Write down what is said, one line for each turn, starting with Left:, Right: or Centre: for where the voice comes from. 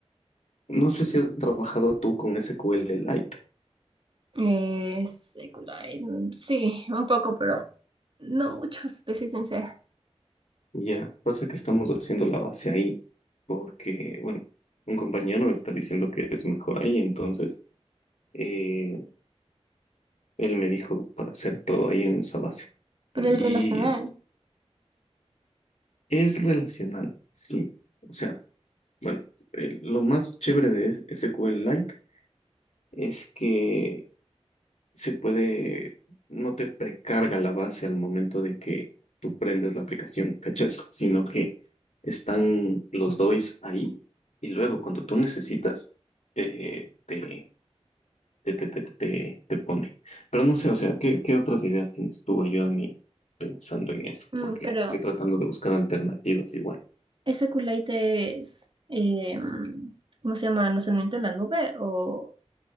Left: no sé si has trabajado tú con SQL Lite.
Right: eh, secular, mm, sí, un poco, pero no mucho, si te soy sincera.
Left: Ya, pasa que estamos haciendo la base ahí, porque, bueno, un compañero está diciendo que es mejor ahí, entonces eh, él me dijo para hacer todo ahí en esa base.
Right: pero
Left: Y
Right: es relacional.
Left: es relacional, sí. O sea, bueno, eh, lo más chévere de SQL Lite es que se puede, no te precarga la base al momento de que tú prendes la aplicación, ¿cachas? Sino que están los DOIs ahí y luego cuando tú necesitas, eh, te, te, te, te, te, te- te pone. Pero no sé, o sea, ¿qué, qué otras ideas tienes tú? Ayúdame pensando en eso,
Right: Mm,
Left: porque
Right: pero
Left: estoy tratando de buscar alternativas igual.
Right: ese Kulite es, em, ¿cómo se llama? ¿Almacenamiento en la nube o,